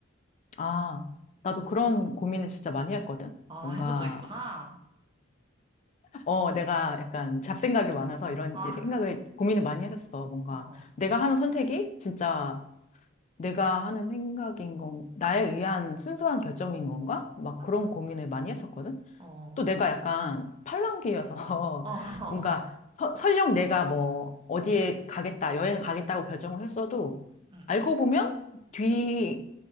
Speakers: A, on the left (about 35°); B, on the right (about 25°).
A: 아, 나도 그런 고민을 진짜 많이 했거든.
B: 아,
A: 뭔가,
B: 해본 적 있구나.
A: 어, 내가 약간 잡생각이 많아서 이런
B: 아,
A: 생각을,
B: <laughs>
A: 고민을 많이 했었어. 뭔가,
B: 어어.
A: 내가 하는 선택이 진짜 내가 하는 생각인 건, 나에 의한 순수한 결정인 건가? 막
B: 아,
A: 그런 고민을 많이 했었거든.
B: 어,
A: 또 내가 약간 팔랑귀여서
B: 어, <laughs>
A: <laughs> 뭔가 서- 설령 내가 뭐 어디에 가겠다, 여행 가겠다고 결정을 했어도
B: 응,
A: 알고 보면 뒤,